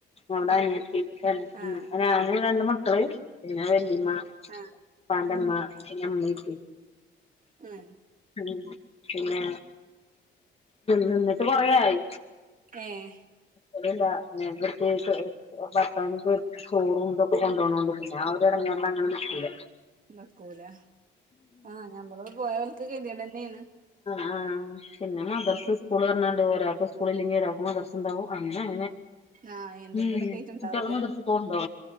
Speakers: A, on the left; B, on the right.
A: അവിടെ അനിയെതിക്കാണ്
B: ആഹ്
A: ഉ ങ്ങ രണ്ട് മക്കള് പിന്നെ വെല്ലിമ്മ
B: ആഹ്
A: പണ്ടമ്മ പിന്നിമ്മീട്ട്
B: ഏഹ്
A: ഉം, പിന്നെ നിന്നിട്ട് കൊറേ ആയി.
B: ഏഹ്
A: അതല്ല <unintelligible> ഭർത്താവിൻക്ക് ചോറുംന്തൊക്കെ കൊണ്ടോണോണ്ടും. ഞാൻ ഒരു എടങ്ങേർനും
B: ആഹ്
A: അങ്ങനെ നിക്കൂല.
B: നിക്കൂല ആഹ് ഞമ്മള് പോയാ ഓൽക്ക് ഗത്യേടന്നേണ്.
A: ആ പിന്നെ മദർസ് സ്കൂള് പറഞ്ഞാണ്ട് ഒരാക്ക് സ്കൂളില്ലെങ്കി ഒരാക്ക് മദർസ് ഇണ്ടാവും. അങ്ങനെ, അങ്ങനെ
B: ആഹ് എന്തെങ്കിലൊക്കെ
A: ഉം,
B: ആയിട്ടുണ്ടാവൂലേ
A: കുട്ട്യോള് മദർസ്ക്ക് പോണ്ടോ?